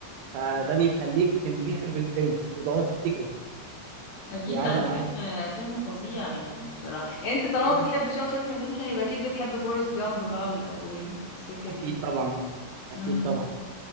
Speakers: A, on the right; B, on the left.
A: فده
B: طبعا
A: بيخليك تنبهر بالفيلم وتقعد تفتكره
B: اكيد
A: ويعلق
B: لا ده
A: معاك
B: فيلم فيلم فظيع يعني بصراحه يعني انت طالما
A: مم،
B: بتحب شاوشانك ريديمشن يبقى اكيد بتحب فورست جامب بقى وال- وال- والسكه
A: اكيد
B: دي كلها
A: طبعا اكيد
B: امم
A: طبعا